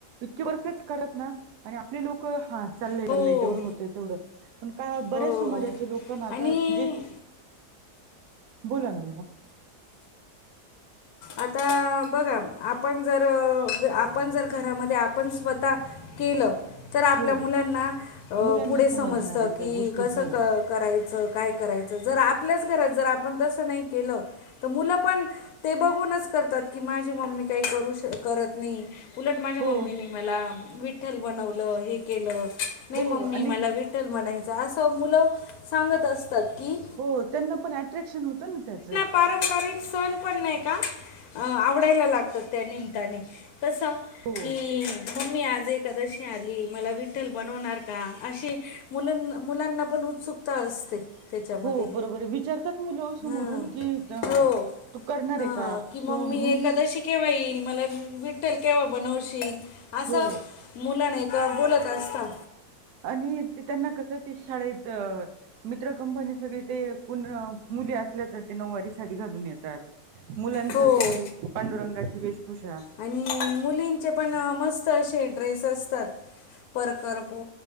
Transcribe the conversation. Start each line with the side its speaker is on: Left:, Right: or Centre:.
Right: इतके परफेक्ट करत ना आणि आपले लोक हात. चाललंय,
Left: हो
Right: चाललंय जेवढं होतंय तेवढं पण का
Left: हो
Right: बऱ्याच समाजाचे लोक ना
Left: आणि
Right: आता जीत बोला ना बोला.
Left: आता बघा आपण जर आपण जर घरामध्ये आपण स्वता केलं तर आपल्या
Right: हो
Left: मुलांना
Right: मुलांना
Left: पुढे
Right: समजणार
Left: अ समजतं की
Right: त्या गोष्टी
Left: कसं
Right: हो
Left: क करायचं काय करायचं, जर आपल्याच घरात जर आपण तस नाही केलं. त मुलं पण ते बघु नच करतात की माझी मम्मी काही करू श करत नाही उलट माझ्या
Right: हो
Left: मम्मीने मला विठ्ठल बनवलं, हे केलं नही
Right: हो
Left: मम्मी
Right: आणि
Left: मला वि ठ्ठल म्हनायचं असं मुलं सांगत असतात की
Right: हो त्यांना पण अट्रॅक्शन होतं ना त्याचं.
Left: पारंपारिक सण पण नाही का, अ आवडायला लागतात त्या निमत्तानी. कसं
Right: हो
Left: की मम्मी आज एकादशी आली मला विठ्ठल बनवणार का अशी मुलन मुलांना पण उत्सुक ता असते. त्याच्यामध्ये
Right: हो बरोबर हे विचारतात मुलं समोरून
Left: हां
Right: की द
Left: हो
Right: तू करणार
Left: हां
Right: हे का
Left: की
Right: किंवा मम्मी
Left: एकादशी केव्हा येईल मला विठ्ठल केव्हा बनवशील असं
Right: हो
Left: मुलं नाही का बोलत असता.
Right: आणि ते त्यांना कसं ते शाळेत मित्र कंपनी सगळी ते कोण मुली असल्या तर ते नऊवारी साडी घालून येतात. मुलांच
Left: हो
Right: ते पांडुरंगाची वेशभूषा.
Left: आणि मुलींचे पण मस्त असे ड्रेस असतात. परकर पो